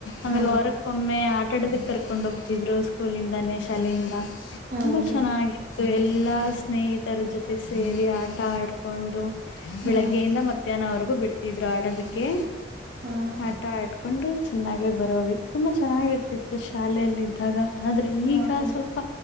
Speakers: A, on the left (about 75°); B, on the right (about 45°).
A: ಆಮೇಲೆ
B: ಹಾ
A: ವಾರಕ್ಕೊಮ್ಮೆ ಆಟಾಡದಕ್ಕೆ ಕರ್ಕೊಂಡ ಹೋಗ್ತಿದ್ರು ಸ್ಕೂಲಿಂದಾನೇ ಶಾಲೆಯಿಂದ
B: ಹೌದು
A: ತುಂಬಾ ಚನ್ನಾಗಿ ಸೊ ಎಲ್ಲಾ ಸ್ನೇಹಿತರ ಜೊತೆ ಸೇರಿ ಆಟ ಆಡ್ಕೊಂಡು ಬೆಳಗ್ಗೆಯಿಂದ
B: ಹಾ
A: ಮಧ್ಯಾಹ್ನವರೆಗೂ ಬಿಡ್ತಿದ್ರು ಆಡೋದಕ್ಕೆ
B: ಹಾ
A: ಆಟ ಆ ಕಕೊಂಡು ಚೆನ್ನಾಗೆ ಬರೋವಿ ತುಂಬಾ ಚೆನ್ನಾಗಿರ್ತಿತ್ತು ಶಾಲಲ್ಲ ಇದಿದ್ದಾಗ ಆದ್ರೆ ಈಗ ಈಗ
B: ಹೌದು
A: ಸ್ವಲ್ಪ